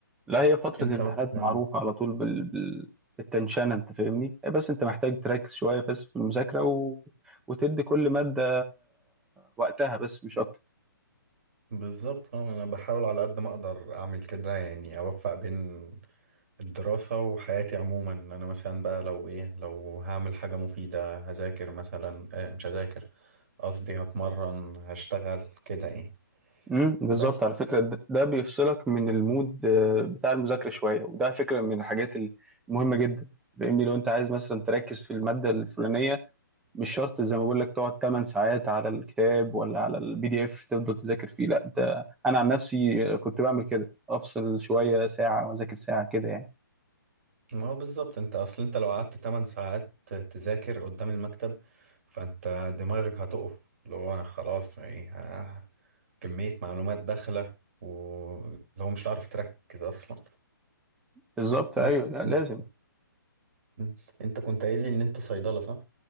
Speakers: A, in the centre; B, on the right.
A: لا هي فترة
B: انت
A: الامتحانات
B: مثلا
A: معروفة على طول بال... بال... بالتنشانة أنت فاهمني إيه بس أنت محتاج تركز شوية بس في المذاكرة و... وتدي كل مادة وقتها بس مش أكتر
B: بالظبط اه انا بحاول على قد ما اقدر اعمل كده يعني اوفق بين الدراسة وحياتي عموما انا مثلا بقى لو ايه لو هعمل حاجة مفيدة هذاكر مثلا آه مش هذاكر قصدي هتمرن هشتغل كده يعني
A: امم بالظبط
B: بس
A: على فكرة ده ده بيفصلك من المود آه، بتاع المذاكرة شوية وده فكرة من الحاجات المهمة جدا فاهمني لو أنت عايز مثلا تركز في المادة الفلانية مش شرط زي ما بقول لك تقعد 8 ساعات على الكتاب ولا على البي دي اف تفضل تذاكر فيه لا انت انا عن نفسي كنت بعمل كده افصل شويه ساعه واذاكر ساعه كده يعني
B: ما هو بالظبط انت اصل انت لو قعدت 8 ساعات تذاكر قدام المكتب فانت دماغك هتقف اللي هو خلاص يعني ه- كمية معلومات داخلة واللي هو مش هتعرف تركز اصلا
A: بالظبط
B: بس
A: ايوه لا لازم
B: انت مم. انت كنت قايل لي ان انت صيدلة صح؟